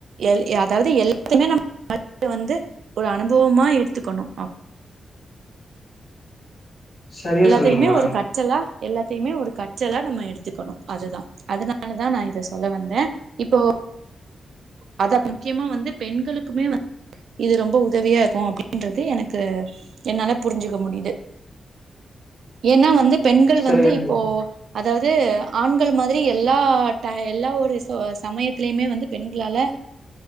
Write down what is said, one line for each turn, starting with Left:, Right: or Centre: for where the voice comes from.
Right: எ அதாவுது எல்லாத்தையுமே நம்ம வந்து ஒரு அனுபவமா எடுத்துகணு
Left: சரியா
Right: எல்லாத்தையுமே
Left: சொன்னீங்கம்மா
Right: ஒரு கற்றலா எல்லாத்தையுமே ஒரு கற்றலா நம்ம எடுத்துகணு அதுதா அதனாலதா நா இத சொல்ல வந்தன் இப்போ அத முக்கியமா வந்து பெண்களுக்குமே வந்து இது ரொம்ப உதவியா இருக்கு அப்டின்றது எனக்கு என்னால புரிஞ்சிக்க முடியுது ஏன்னா வந்து பெண்கள்
Left: சரியா
Right: வந்து
Left: சொன்னீங்க.
Right: இப்போ அதாவுது ஆண்கள் மாதிரி எல்லா எல்லா ஒரு சமயத்துலையுமே வந்து பெண்களால